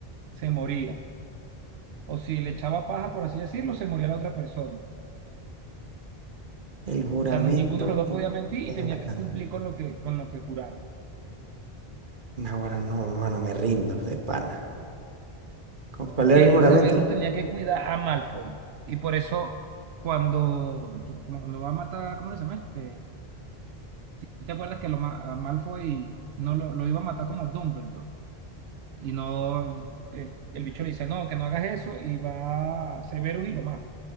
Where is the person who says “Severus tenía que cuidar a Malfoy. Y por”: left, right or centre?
Right